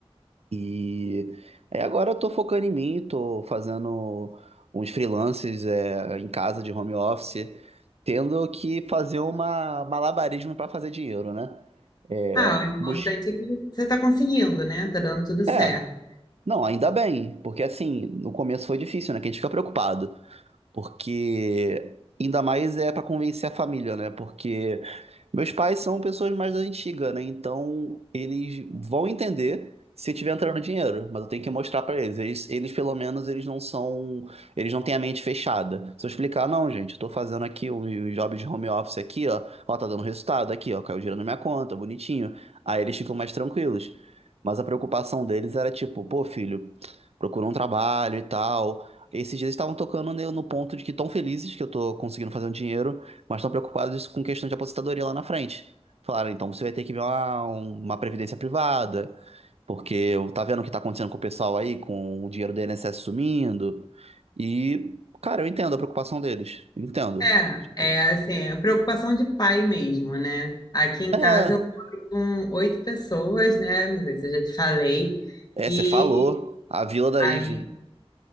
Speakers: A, on the right; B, on the left.
A: E aí agora eu tô focando em mim, tô fazendo uns freelances é, em casa de home office, tendo que fazer uma malabarismo para fazer dinheiro, né? É,
B: Ah, o importante
A: bus...
B: é que você tá conseguindo, né? Tá dando tudo certo.
A: é, não, ainda bem, porque assim, no começo foi difícil, né? Que a gente fica preocupado. Porque ainda mais é para convencer a família, né? Porque meus pais são pessoas mais da antiga, né? Então eles vão entender se eu tiver entrando dinheiro, mas eu tenho que mostrar para eles. Eles, eles, pelo menos eles não são, eles não têm a mente fechada. Se eu explicar, não, gente, eu tô fazendo aqui um, um job de home office aqui, ó, ó, tá dando resultado aqui, ó, caiu dinheiro na minha conta, bonitinho. Aí eles ficam mais tranquilos. Mas a preocupação deles era tipo, pô, filho, procura um trabalho e tal. Esses dias estavam tocando ne- no ponto de que estão felizes que eu tô conseguindo fazer um dinheiro, mas estão preocupados com questão de aposentadoria lá na frente. Falaram, então você vai ter que ver uma, uma previdência privada, porque eu- tá vendo o que tá acontecendo com o pessoal aí, com o dinheiro do INSS sumindo. E, cara, eu entendo a preocupação deles. Eu entendo.
B: É,
A: Tipo,
B: é assim, a preocupação de pai mesmo, né? Aqui em
A: é,
B: casa eu moro com oito pessoas, né? Não sei se eu já te falei.
A: é,
B: E
A: você falou, a Vila da
B: aí
A: Ive,